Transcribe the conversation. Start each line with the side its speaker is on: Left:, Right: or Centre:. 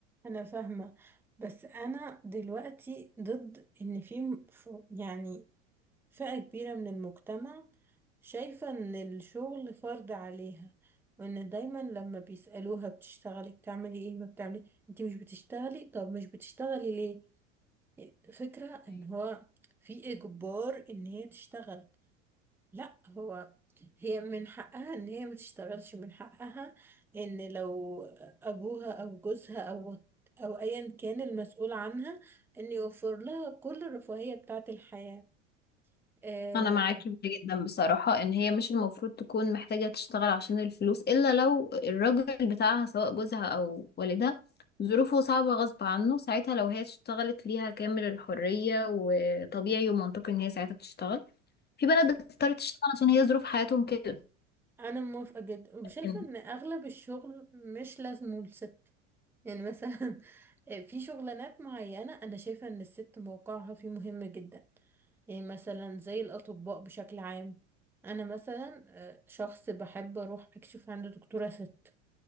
Centre: أنا فاهمة بس أنا دلوقتي ضد إن في م- ف- يعني فئة كبيرة من المجتمع شايفة إن الشغل فرض عليها وإن دايما لما بيسألوها بتشتغلي بتعملي إيه ما بتعملي أنت مش بتشتغلي طب مش بتشتغلي ليه فكرة إن هو في إجبار إن هي تشتغل لا هو هي من حقها إن هي ما تشتغلش من حقها إن لو أبوها أو جوزها أو أو أيا كان المسؤول عنها إن يوفر لها كل الرفاهية بتاعة الحياة آه،
Left: انا معاكي في ده جدا بصراحه ان هي مش المفروض تكون محتاجه تشتغل عشان الفلوس الا لو الراجل بتاعها سواء جوزها او والدها ظروفه صعبه غصب عنه ساعتها لو هي اشتغلت ليها كامل الحريه وطبيعي ومنطقي ان هي ساعتها تشتغل في بنات بتضطر تشتغل عشان هي ظروف حياتهم كده
Centre: انا موافقه جدا وشايفه
Left: لكن
Centre: ان اغلب الشغل مش لازمه للست يعني مثلا <laughs> في شغلانات معينه انا شايفه ان الست موقعها فيه مهم جدا يعني مثلا زي الاطباء بشكل عام انا مثلا آه، شخص بحب اروح اكشف عند دكتوره ست